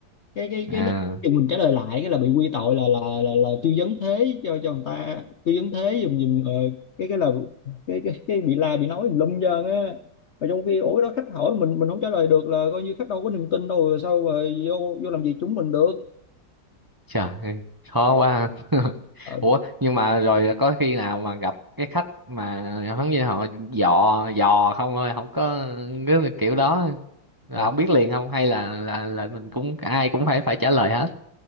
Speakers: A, on the left; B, on the right.
A: cái cái
B: À.
A: cái lúc mình trả lời lại cái là bị quy tội là là là, là tư vấn thế cho cho người ta tư vấn thế dùm dùm ờ, cái cái là cái cái cái bị la bị nói lum trơn á mà trong khi ủa đó khách hỏi mình mình không trả lời được là coi như khách đâu có niềm tin đâu rồi sao mà vô vô làm việc chúng mình được
B: Trời ơi, khó quá. <laughs>
A: Ờ,
B: Ủa, nhưng mà rồi có khi nào mà gặp cái khách mà giống như họ dò dò không thôi, không có cái kiểu đó là
A: rồi
B: không biết liền không hay là là là mình cũng ai cũng phải phải trả lời hết.